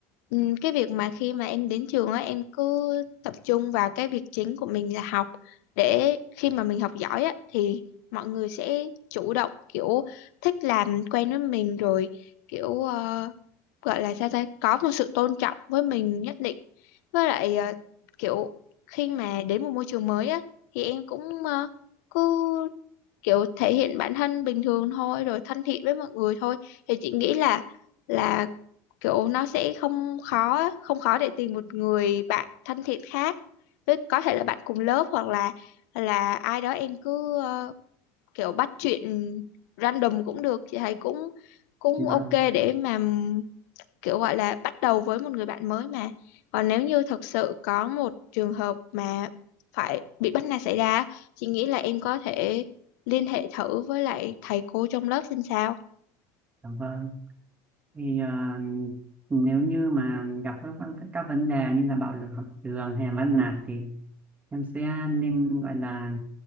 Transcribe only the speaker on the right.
vâng
dạ vâng thì ờ, nếu như mà gặp các vấn- các vấn đề như là bạo lực học đường hay là bắt nạt thì em sẽ nên gọi là